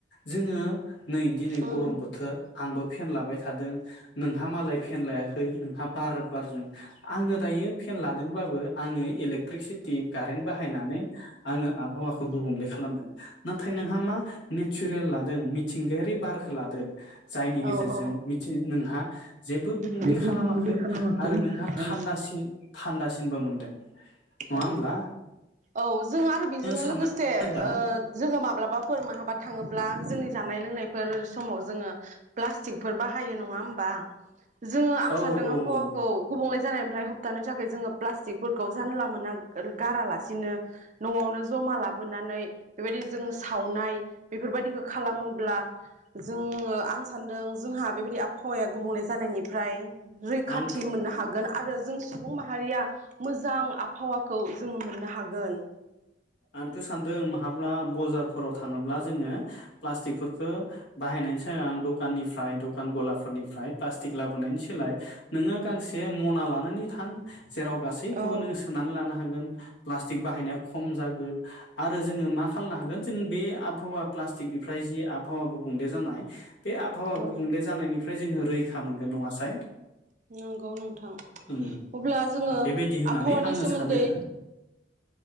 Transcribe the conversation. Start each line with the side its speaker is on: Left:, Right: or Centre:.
Left: जोङो नै दिनै
Right: उम
Left: गरम बोथोर, आंबो फेन लाबाय थादों नोंहा मालाय फेन लायाखै नोंहा बार बारजों आङो दायो फेन लादोंब्लाबो आङो इलेक्ट्रिसिटि, कारेन्ट बाहायनानै आङो आबहावाखौ गुबुंले खालामदों, नाथाय नोंहा मा? नेचारेल लादों मिथिंगायारि बारखौ लादों, जायनि गेजेरजों
Right: औ औ
Left: मिथि नोंहा जेबो गुबुंले
Right: जेबो
Left: खालामाखै
Right: गुबुंले खालामाखै
Left: आरो नोंहा
Right: आरो
Left: थान्दासिन, थान्दासिनबो मोनदों, नङा
Right: औ
Left: होमब्ला
Right: औ जोङो आरो बेजोंनो
Left: साननानै
Right: लोगोसे
Left: नायोब्ला
Right: ओ जोङो माब्लाबाफोर माहाबा थाङोब्ला जोंनि जानाय, जानाय लोंनायफोर समाव जोङो प्लास्टिकफोर बाहायो नङा होनबा, जोङो आं
Left: औ
Right: सानदों
Left: औ
Right: आबहावाखौ
Left: औ
Right: गुबुंले, जानायनिफ्राय होबथानो थाखाय जोङो प्लास्टिकफोरखौ जानला मोना गारालासिनो न'आवनो जमा लाबोनानै बेबायदि जोंङो सावनाय बेफोरबायदिखौ खालामोब्ला जों आं सानदों जोंहा बेबायदि आबहावाया गुबुंले जानायनिफ्राय, रैखाथि
Left: आंथ'
Right: मोननो हागोन आरो जों सुबुं माहारिया मोजां। आबहावाखौ जोङो मोननो हागोन।
Left: आंथ' सानदों माब्ला बाजारफोर। आव थाङोब्ला जोङो प्लास्टिकफोर बाहायनायनि सिगां दखाननिफ्राय दखान गलाफोरनिफ्राय प्लास्टिक लाबोनायनि सोलाय नोङो गांसे मना लानानै थां। जेराव गासैखौबो
Right: औ
Left: नोङो सोनानै लानो हागोन। प्लासटिक बाहायनाया खम जाग गोन आरो जोङो मा खालामनो हागोन जों बे आबहावा प्लास्टिकनिफ्राय जि आबहावा गुबुंले जानाय। बे आबहावा
Right: औ
Left: गुबुंले जानायनि फ्राय जोङो रैखा मोनगोन नङासाय
Right: नंगौ नोंथां
Left: ओम
Right: अब्ला जोङो
Left: बेबायदि होननानै
Right: आबहावानि
Left: आङो
Right: सोमोन्दै।
Left: सानो